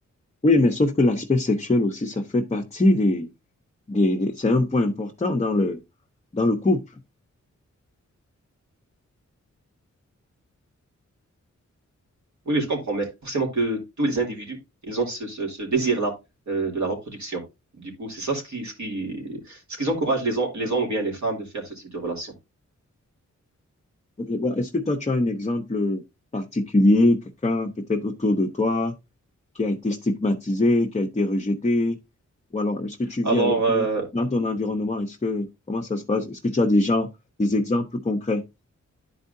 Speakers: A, on the left; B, on the right.
A: Oui, mais sauf que l'aspect sexuel aussi, ça fait partie des, des, des- c'est un point important dans le, dans le couple.
B: Oui, oui, je comprends, mais forcément que tous les individus, ils ont ce, ce- ce désir-là euh, de la reproduction. Du coup, c'est ça ce qui, ce qui, ce qui encourage les, hom- les hommes ou bien les femmes de faire ce type de relation.
A: Ok, bon, est-ce que toi, tu as un exemple particulier, quelqu'un peut-être autour de toi? qui a été stigmatisé, qui a été rejeté? Ou alors, est-ce que tu vis
B: Alors,
A: avec
B: euh,
A: eux dans ton environnement? Est-ce que, comment ça se passe? Est-ce que tu as des gens, des exemples concrets?